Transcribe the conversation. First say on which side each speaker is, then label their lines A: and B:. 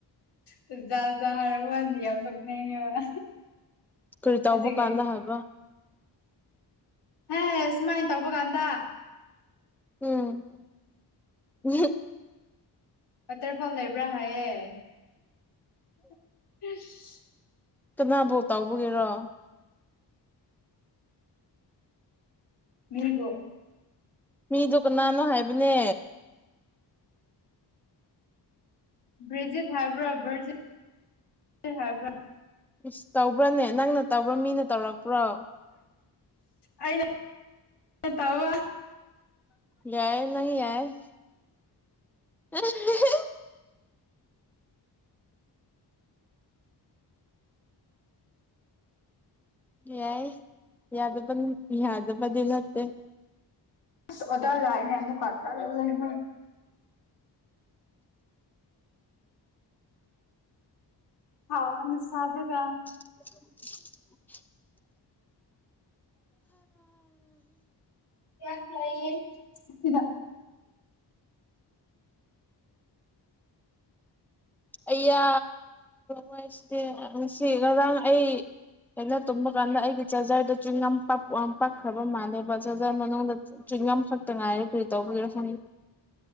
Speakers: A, on the left; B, in the centre.
A: ꯆꯨꯖꯥꯛ ꯆꯨꯖꯥꯛ ꯍꯥꯏꯔꯛꯄ ꯀꯥꯟꯗ ꯌꯥꯝ ꯅꯣꯛꯅꯤꯡꯉꯦꯕ
B: ꯀꯔꯤ ꯇꯧꯕ
A: ꯑꯗꯨꯒꯤ
B: ꯀꯥꯟꯗ
A: ꯑꯩ
B: ꯍꯥꯏꯕ
A: ꯍꯦ ꯁꯨꯃꯥꯏ ꯇꯧꯕ ꯀꯥꯟꯗ
B: ꯎꯝ <inaudible>
A: ꯋꯥꯇꯔꯐꯣꯜ ꯂꯩꯕ꯭ꯔ ꯍꯥꯏꯌꯦ <inaudible>
B: ꯇꯨꯅꯥꯕꯨꯛ ꯇꯧꯕꯒꯤꯔꯣ
A: ꯃꯤꯕꯨ
B: ꯃꯤꯗꯣ ꯀꯅꯥꯅꯣ ꯍꯥꯏꯕꯅꯦ
A: ꯕ꯭ꯔꯤꯖꯤꯠ ꯍꯥꯏꯕ꯭ꯔ ꯕꯔꯖꯤꯠ ꯍꯥꯏꯕ꯭ꯔ
B: ꯏꯁ ꯇꯧꯕ꯭ꯔꯅꯦ ꯅꯪꯅ ꯇꯧꯕ꯭ꯔ ꯃꯤꯅ ꯇꯧꯔꯛꯄ꯭ꯔꯣ
A: ꯑꯩꯩꯅ <inaudible> ꯇꯧꯑꯦ <inaudible>
B: ꯌꯥꯏꯌꯦ ꯅꯪ ꯌꯥꯏꯌꯦ <inaudible> ꯌꯥꯏ ꯌꯥꯗꯕ ꯌꯥꯗꯕꯗꯤ ꯅꯠꯇꯦ
A: ꯑꯁ ꯑꯣꯖꯥ ꯂꯥꯛꯑꯦꯅ ꯑꯃꯨꯛꯀꯥ ꯇꯜꯂꯦꯍꯦ <unintelligible>
B: <inaudible>
A: <inaudible> ꯌꯦꯁ ꯂꯩꯌꯦ ꯁꯤꯗ
B: ꯑꯩꯌꯥ ꯋꯥꯏꯠꯁꯤꯗꯤ ꯉꯁꯤ ꯉꯔꯥꯡ ꯑꯩ ꯑꯩꯅ ꯇꯨꯝꯕ ꯀꯥꯟꯗ ꯑꯩꯒꯤ ꯆꯥꯔꯖꯔꯗꯨ ꯆ꯭ꯋꯤꯡꯒꯝ ꯄꯛ ꯄꯛꯈ꯭ꯔꯕ ꯃꯥꯜꯂꯦꯕ ꯆꯥꯔꯖꯔ ꯃꯅꯨꯡꯗ ꯆꯤꯡ ꯄꯤꯡꯉꯝ ꯈꯛꯇ ꯉꯥꯏꯔꯦ ꯀꯔꯤ ꯇꯧꯕꯩꯔ ꯁꯅꯤ